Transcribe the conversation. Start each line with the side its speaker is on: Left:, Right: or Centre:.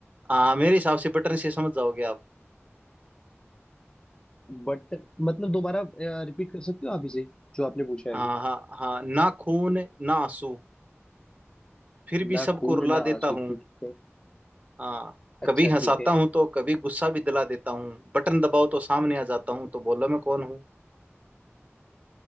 Right: हाँ मेरे हिसाब से बटन से समझ जाओगे आप
Left: बट मतलब दोबारा रिपीट कर सकते हो आप इसे जो आपने पूछा है
Right: हाँ
Left: अभी
Right: हाँ हाँ ना खून ना आंसू फिर भी
Left: ना
Right: सबको
Left: खून
Right: रुला
Left: ना
Right: देता
Left: आंसू
Right: हूँ
Left: ठीक है
Right: हाँ
Left: अच्छा
Right: कभी हंसाता
Left: ठीक है
Right: हूँ तो कभी गुस्सा भी दिला देता हूँ बटन दबाओ तो सामने आ जाता हूँ तो बोलो मैं कौन हूँ